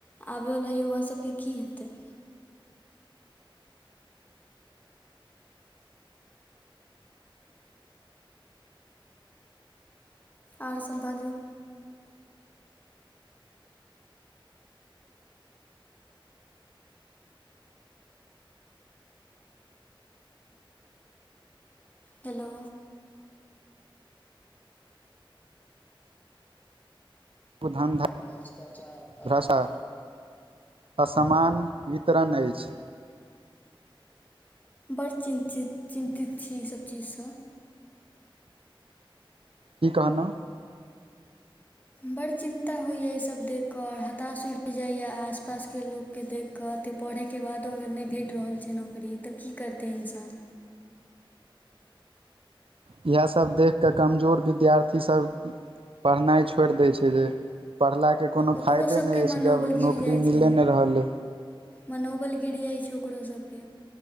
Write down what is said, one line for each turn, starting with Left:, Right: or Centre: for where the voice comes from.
Left: आबैवला युवा सबके की हेतै। और सब बाजू। हेलो।
Right: धन्धा
Left: भ्रष्टाचार आ।
Right: भाषा
Left: <unintelligible>
Right: असमान वितरण अछि।
Left: बड़ चिन्तित चिन्तित छी। ईसभ चीजसँ
Right: की कहनो
Left: बड़ चिन्ता होइया ई सब देख कऽ आऔर हताश उर जायया आस पास के लोग के देख के एते पढ़े के बादो अगर नहि भेट रहल छै। नौकरी तऽ की करतै इन्सान।
Right: इएह सब देख के कमजोर विद्यार्थी सब पढ़नाइ छोड़ि दै छै। जे पढ़लाके कोनो
Left: ओकरो
Right: फायदे
Left: सभके
Right: नहि अछि
Left: मनोबल
Right: जब
Left: गिर
Right: नौकरी
Left: जाइ
Right: मिले
Left: छै।
Right: नहि रहलै
Left: मनोबल गिर जाइ छै। ओकरो सबके